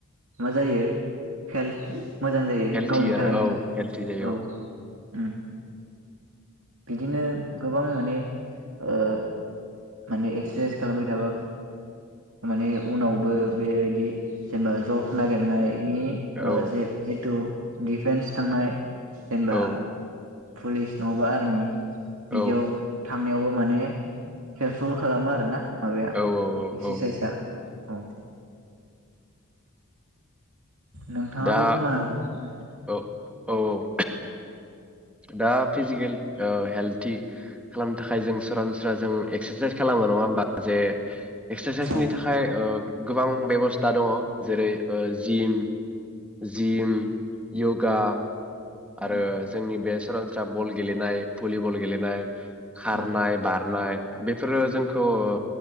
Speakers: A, on the right (about 65°); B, in the centre.
A: मा जायो हेल्थ मोजां जायो
B: हेल्थि
A: गावनि
B: आरो
A: थाखायनो
B: औ हेल्थि जायो
A: औ ओम बिदिनो गोबां माने ओ माने एक्सेसाइस खालामबाय थाबा माने उनावबो बेबायदि जेनेबा जब नागिरनाय नि
B: औ
A: ओ
B: औ
A: जे-जेथु डिफेन्स थांनाय जेनेबा
B: औ
A: पुलिस नङाबा आर्मि
B: औ
A: बिदियाव थां नायावबो माने हेलफुल खालामो आरो ना। माबाया
B: औ
A: एक्सेसाइसा
B: औ
A: औ <inaudible> नोंथाङाबो
B: दा
A: बुंनो हागोन फंनैसो
B: औ औ औ दा फिजिकेल ओ हेल्थि खालामनो थाखाय जों सरासनस्रा जों एक्सेसाइस खालामो नङा होमबा जे एक्सेसाइसनि
A: औ
B: थाखाय ओ गोबां बेब'स्था दङ जेरै ओ जिम जिम
A: उम
B: यग गा आरो
A: उम
B: जोंनि बे सरासनस्रा बल गेलेनाय भुलिबल गेलेनाय खारनाय
A: औ
B: बारनाय बेफोरो जोंखौ ओ